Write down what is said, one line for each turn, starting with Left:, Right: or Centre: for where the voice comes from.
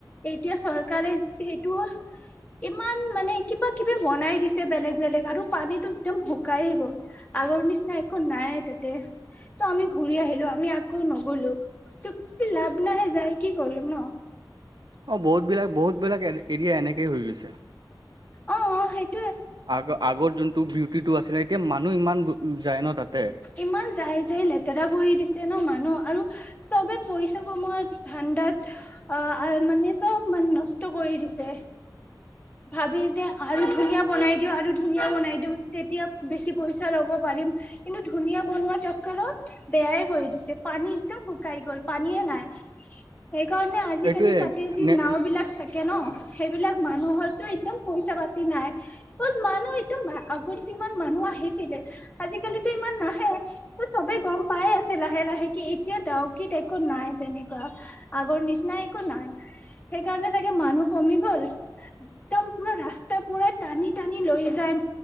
Left: এতিয়া চৰকাৰে সেইটো ইমান মানে কিবা কিবি বনাই দিছে, বেলেগ বেলেগ আৰু পানীতটো একদম শুকায়ে গ'ল আগৰ নিচিনা। নাই একো নাই তাতে ত' আমি ঘূৰি আহিলো, আমি আকৌ নগলো ত লাভ নাই যায় কি কৰিম ন।
Right: অ বহুত বিলাক বহুত বিলাক এৰিয়া এনেকেই হৈ গৈছে।
Left: অ অ সেইটো।
Right: আগ আগৰ যোন। তটো বিউটিটো আছিলে। এতিয়া মানুহ ইমান যায় ন তাত।
Left: ইমান যাই যাই লেতেৰা কৰি দিছে ন মানুহ আৰু চব। চবে পইচা কমোৱা ধাণ্ডাত অ আৰ মানে চব মানে নষ্ট কৰি দিছে ভাবে যে আৰু ধুনীয়া বনাই দিওঁ আৰু ধুনীয়া বনাই দিও তেতিয়া বেছি পইচা লব পাৰিম কিন্তু ধুনীয়া বনোৱা চাক্কৰত বেয়াই কৰি দিছে পানী একদম শুকাই গল পানীয়ে নাই সেইকাৰণে আজিকালি
Right: এইটোয়ে
Left: তাতে যি
Right: নে
Left: নাও বিলাক থাকে ন সেইবিলাক মানুহতো একদম পইচা পাতি নাই ক'ত মানুহ একদম আগৰ যিমান মানুহ আহিছিলে আজিকালি নাহে চবে গম পাই আছে লাহে লাহে কি এতিয়া দাওকিত একো নাই তেনেকুৱা আগৰ নিচিনা একো নাই সেইকাৰণে চাগে মানুহ কমি গল একদম পুৰা ৰাস্তাৰ পুৰা টানি টানি লৈ যায়